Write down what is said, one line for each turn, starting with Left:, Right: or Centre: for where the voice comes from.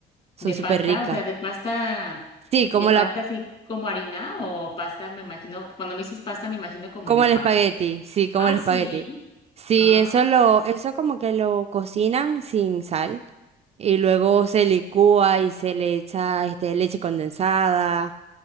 Right: Son
Left: de
Right: súper
Left: pasta,
Right: ricas.
Left: o sea, de pasta,
Right: Sí, como
Left: de pasta
Right: la
Left: así como harina o pasta, me imagino, cuando me dices pasta, me imagino como
Right: Como
Left: el espal.
Right: el espagueti, sí, como
Left: Ah,
Right: el espagueti.
Left: sí.
Right: Sí,
Left: Ah,
Right: eso lo, eso como que lo cocinan sin sal y luego se licúa y se le echa este leche condensada